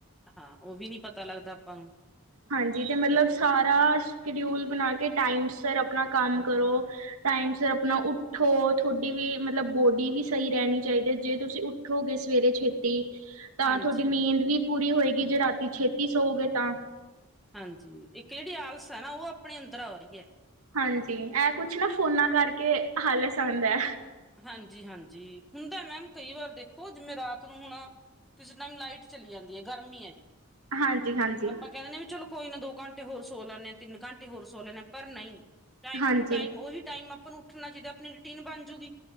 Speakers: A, in the centre; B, on the right (about 85°).
A: ਹਾਂ, ਉਵੀ ਨੀ ਪਤਾ ਲੱਗਦਾ ਅਪਾਂ ਨੂੰ।
B: ਹਾਂਜੀ ਤੇ ਮਤਲਬ ਸਾਰਾ ਸ਼ਡਿਊਲ ਬਣਾ ਕੇ ਟਾਈਮ ਸਿਰ ਆਪਣਾ ਕੰਮ ਕਰੋ। ਟਾਇਮ ਸੇ ਆਪਣਾ ਉੱਠੋ ਤੋਹਡੀ ਵੀ ਮਤਲਬ ਬੋਡੀ ਵੀ ਸਹੀ ਰੇਣੀ ਚਾਇਦੀ ਏ ਜੇ ਤੁਸੀਂ ੳਠੋ। ੳਠੋ ਗੇ ਸਵੇਰੇ ਛੇਤੀ। ਤਾਂ
A: ਹਾਂਜੀ
B: ਤੁਹਾਡੀ ਨੀਂਦ ਵੀ ਪੂਰੀ ਹੋਏਗੀ ਜੇ ਰਾਤੀ ਛੇਤੀ ਸੌੋਗੇ ਤਾਂ।
A: ਹਾਂਜੀ ਏਕ ਏਦੇ ਆਲਸ ਏ ਨਾ ਉ ਅਪਣੇ ਅੰਦਰ ਆ ਰੀ ਏ।
B: ਹਾਂਜੀ ਏਹ ਕੁਛ ਨਾ ਫੋਨਾਂ ਕਰਕੇ ਆਲਸ ਆਂਦਾ।
A: ਹਾਂਜੀ- ਹਾਂਜੀ ਹੁੰਦੇ ਮੈਮ ਕਈ ਵਾਰ ਦੇਖ ਉ ਜਿਮੇ ਰਾਤ ਨੂੰ ਹੁਣ ਕਿਸੇ ਟਾਈਮ ਲਾਈਟ ਚਲੀ ਜਾਂਦੀ ਏ ਗਰਮੀ ਏ ਜਿਨੀ।
B: ਹਾਂਜੀ, ਹਾਂਜੀ,
A: ਆਪਾਂ ਕਹਿ ਦਿਨੇ ਵੀ ਚਲੋ। ਕੋਈ ਨਾ ਦੋ ਘੰਟੇ ਹੋਰ ਸੋ ਲੈਂਨੇ ਆ ਤਿੰਨ ਘੰਟੇ ਹੋਰ ਸੋ ਲੈਨੇ ਆ ਪਰ ਨਹੀਂ। ਟਾਈਮ
B: ਹਾਂਜੀ।
A: ਟੂ ਟਾਈਮ ਉਹੀ ਟਾਈਮ ਆਪਾਂ ਨੂੰ ਉੱਠਣਾ ਜਿਦਾਂ ਆਪਣੀ ਰੂਟੀਨ ਬਣ ਜੂੁਗੀ।